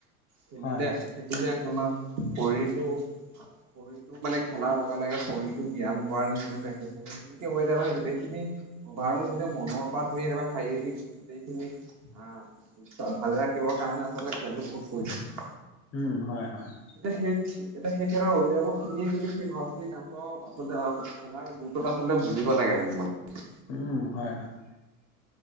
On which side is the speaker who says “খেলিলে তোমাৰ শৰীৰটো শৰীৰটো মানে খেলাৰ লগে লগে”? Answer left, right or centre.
Right